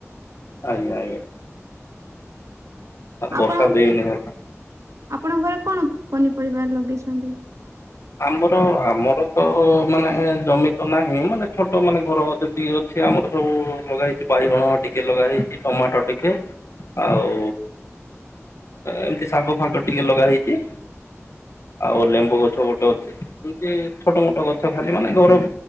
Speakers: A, on the left (about 65°); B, on the right (about 80°).
A: ଆଜ୍ଞା ଆଞା।
B: ଆପଣଙ୍କ
A: ବର୍ଷା ଦେଇନି ହେଲା
B: ଆପଣ ଘରେ କଣ ପନିପରିବା ଲଗେଇଛନ୍ତି?
A: ଆମର ଆମର ତ ମାନେ ଜମି ତ ନାହିଁ ମାନେ ଛୋଟ ମାନେ ଘର ଟିକେ ଅଛି ଆମର ସବୁ ଲଗା ହେଇଛି ବାଇଗଣ ଟିକେ ଲଗା ହେଇଛି ଟମାଟୋ ଟିକେ ଆଉ ଏମିତି ଶାଗ ଫାଖ ଟିକେ ଲଗା ହେଇଛି। ଆଉ ଲେମ୍ବୁ। ଗଛ ଗୋଟେ ଅଛି ଏମତି ଛୋଟ ମୋଟ ଗଛ ଖାଲି ମାନେ ଘର